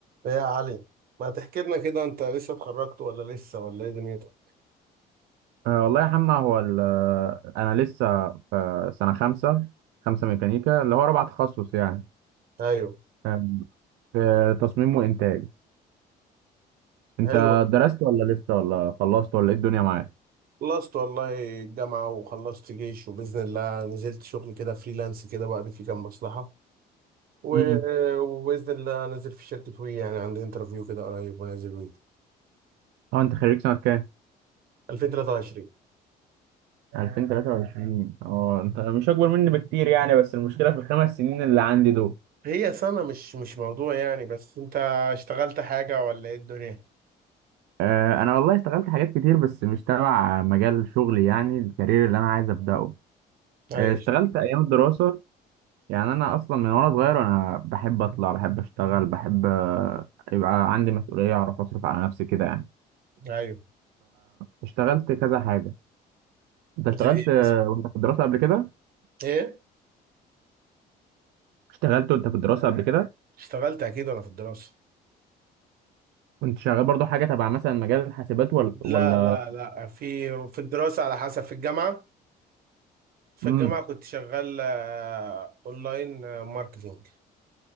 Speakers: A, on the right (about 60°); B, on the right (about 85°).
A: ايه يا علي ما تحكي لنا كده انت لسه اتخرجت ولا لسه ولا ايه دنيتك
B: آه، والله يا حمنا هو ال- آه، انا لسه في سنه خمسه خمسه ميكانيكا اللي هو رابع تخصص يعني
A: ايوه
B: آه، في تصميم وانتاج انت
A: حلوة
B: درست ولا لسه ولا خلصت ولا ايه الدنيا معاك
A: خلصت والله الجامعة وخلصت جيش وبإذن الله نزلت شغل كده فريلانس كده بعد في كام مصلحة و-
B: امم
A: وبإذن الله نازل في شركة وي يعني عندي انترفيو كده قريب ونازل وي
B: اه انت خريج سنه كام
A: 2023
B: 2023 اه انت مش اكبر مني بكتير يعني بس المشكله في الخمس سنين اللي عندي دول
A: هي سنة مش مش موضوع يعني بس انت اشتغلت حاجة ولا ايه الدنيا
B: آه، انا والله اشتغلت حاجات كتير بس مش تبع مجال شغلي يعني الكارير اللي انا عايز ابداه
A: ايوه
B: آه، اشتغلت ايام الدراسه يعني انا اصلا من وانا صغير انا بحب اطلع بحب اشتغل بحب آه، يبقى عندي مسؤوليه اعرف اصرف على نفسي كده يعني
A: ايوه
B: فاشتغلت كذا حاجه انت اشتغلت
A: زي ايه
B: آه،
A: بس-
B: وانت في الدراسه قبل كده
A: إيه؟
B: اشتغلت وانت في الدراسه قبل كده
A: اشتغلت اكيد وانا في الدراسة
B: كنت شغال برضو حاجه تبع مثلا مجال الحاسبات ولا ولا
A: لا لا لا في في الدراسة على حسب في الجامعة في
B: امم
A: الجامعة كنت شغال آه، اونلاين آه، ماركتينج